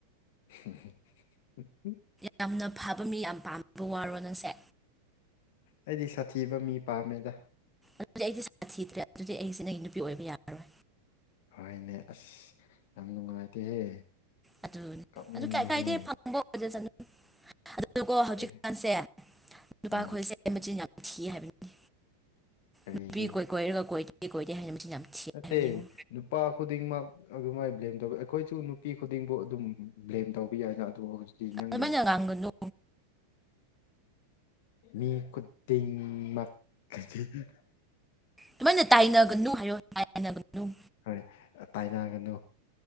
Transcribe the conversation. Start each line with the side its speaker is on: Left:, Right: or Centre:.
Left: <unintelligible>
Centre: ꯌꯥꯝꯅ ꯐꯕ ꯃꯤ ꯌꯥꯝ ꯄꯥꯝꯕ ꯋꯥꯔꯣ ꯅꯪꯁꯦ
Left: ꯑꯩꯗꯤ ꯁꯥꯊꯤꯕ ꯃꯤ ꯄꯥꯝꯃꯦꯗ
Centre: ꯑꯗꯨꯗꯤ ꯑꯩꯗꯤ ꯁꯥꯊꯤꯗ꯭ꯔꯦ ꯑꯗꯨꯗꯤ ꯑꯩꯁꯤ ꯅꯪꯒꯤ ꯅꯨꯄꯤ ꯑꯣꯏꯕ ꯌꯥꯔꯔꯣꯏ
Left: ꯍꯣꯏꯅꯦ ꯑꯁ ꯌꯥꯝ ꯅꯨꯡꯉꯥꯏꯇꯦꯍꯦ
Centre: ꯑꯗꯨꯅꯤ
Left: ꯀꯞꯅꯤꯡꯉꯦꯍꯦ
Centre: ꯑꯗꯨ ꯀꯥ ꯀꯥꯏꯗꯦ ꯐꯪꯕ ꯑꯣꯏꯖꯁꯅꯨ ꯑꯗꯨꯀꯣ ꯍꯧꯖꯤꯛꯀꯥꯟꯁꯦ
Left: ꯀꯔꯤ
Centre: ꯅꯨꯨꯄꯥ
Left: ꯑꯥ
Centre: ꯈꯣꯏꯁꯦ ꯃꯆꯤꯟ ꯌꯥꯝ ꯊꯤ ꯍꯥꯏꯕꯅꯤ
Left: ꯀꯔꯤꯒꯤ
Centre: ꯅꯨꯄꯤ ꯀꯣꯏ ꯀꯣꯏꯔꯒ ꯀꯣꯏꯗꯦ ꯀꯣꯏꯗꯦ ꯍꯥꯏꯅ ꯃꯆꯤꯟ ꯌꯥꯝ ꯊꯤ
Left: ꯅꯠꯇꯦ
Centre: ꯍꯥꯏꯕꯅꯤꯉꯣ
Left: ꯅꯨꯞ ꯅꯨꯄꯥ ꯈꯨꯗꯤꯡꯃꯛ ꯑꯗꯨꯃꯥꯏꯅ ꯕ꯭ꯂꯦꯝ ꯇꯧꯕꯤ ꯑꯩꯈꯣꯏꯁꯨ ꯅꯨꯄꯤ ꯈꯨꯗꯤꯡꯕꯨ ꯑꯗꯨꯝ ꯕ꯭ꯂꯦꯝ ꯇꯧꯕ ꯌꯥꯏꯅ ꯑꯗꯨ ꯍꯧꯖꯤꯛ ꯇꯤ ꯅꯪꯒꯤ
Centre: ꯑꯗꯨꯃꯥꯏꯅ
Left: ꯋꯥ
Centre: ꯉꯥꯡꯒꯅꯨ
Left: ꯃꯤ ꯈꯨꯗꯤꯡꯃꯛ ꯀꯩ <unintelligible>
Centre: ꯑꯗꯨꯃꯥꯏꯅ ꯇꯥꯏꯅꯒꯅꯨ ꯍꯥꯏꯌ‌ꯣ ꯇꯥꯏꯅꯒꯅꯨ
Left: ꯍꯣꯏ ꯇꯥꯏꯅꯒꯅꯨ